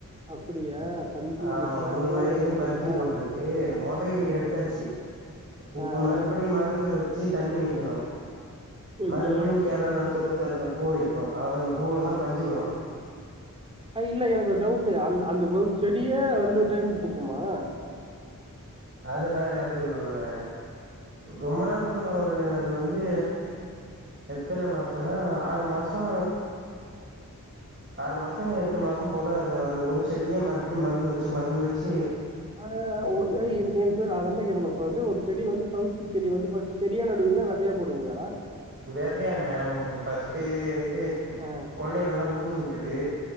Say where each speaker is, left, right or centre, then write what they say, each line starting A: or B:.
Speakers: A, on the right; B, on the right.
A: அப்படியா பஞ்சு
B: ஆமா
A: முட்டா
B: மூணு
A: சேலை
B: வயல்லயு
A: கட்டிதானா
B: பருத்தி போட்ருக்கு மொதயீடு எடுத்தாச்சு இப்ப
A: ஆ ஆ
B: மறுபடியு மருந்து வச்சு டி தண்ணி வெக்கணு
A: ஓகே
B: மறுபடியு கெளல்லா துழுத்து அதுல பூ வெக்கு அதுல அந்த பூலதா பஞ்சு வரு
A: அ இல்ல எனக்கு ஒரு டவுட்டு் அந்த அந்த ஒரு செடியே ரெண்டு டைம் பூக்குமா
B: அதுலா அது அ ரொம்ப நாள் பூக்கன்னு வருங்க அது வந்து எத்தன மாசன்னா ஆறு மாசோ ஆறு மாசோ எட்டு மாசம் போல அது அந்த ஒரு செடியே மறுபடியு மருந்து வெச்சு மருந்து வெச்சி
A: அ ஓ எ எப்டியு செரி அதென்டா கேக்கணு இப்ப வந்து ஒரு செடி வந்து பருத்தி செடி வந்து பருத் செடியா நடுவீங்களா வெதையா போடுவீங்களாடா
B: வெதையான்ன உ ஃபஸ்ட்டு ட்டு
A: ஆ
B: கொள்ள நல்லா உழுது உட்டுட்டு